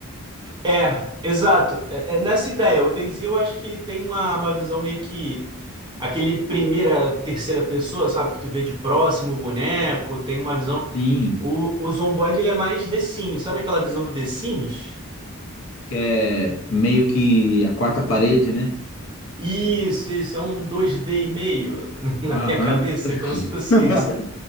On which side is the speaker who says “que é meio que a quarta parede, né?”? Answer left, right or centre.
Left